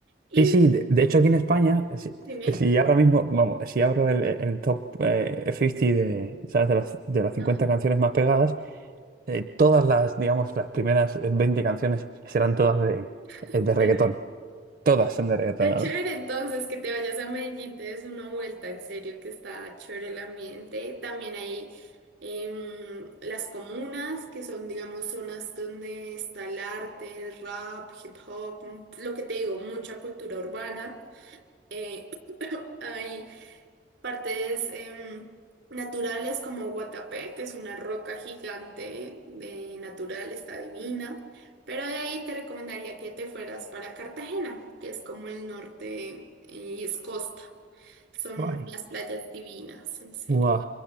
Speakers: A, on the right; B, on the right.
A: Y
B: Sí, sí, de, de hecho aquí en España, eh, si,
A: dime,
B: eh, si ahora mismo, vamos, si abro el, el top eh, 50 de, ¿sabes? De las, de las cincuenta
A: Ajá.
B: canciones más pegadas, eh, todas las, digamos, las primeras 20 canciones serán todas de,
A: <laughs>
B: eh, de reggaetón.
A: de re-
B: Todas son de reggaetón.
A: está chévere entonces que te vayas a Medellín, te des una vuelta, en serio que está chévere el ambiente. También hay em, las comunas, que son, digamos, zonas donde está el arte, rap, hip hop, mm, lo que te digo, mucha cultura urbana. Eh, hay partes em, naturales como Guatapé, que es una roca gigante de natural, está divina. Pero de ahí te recomendaría que te fueras para Cartagena, que es como el norte eh, y es costa. Son
B: Guay.
A: unas playas divinas, en serio.
B: Guau,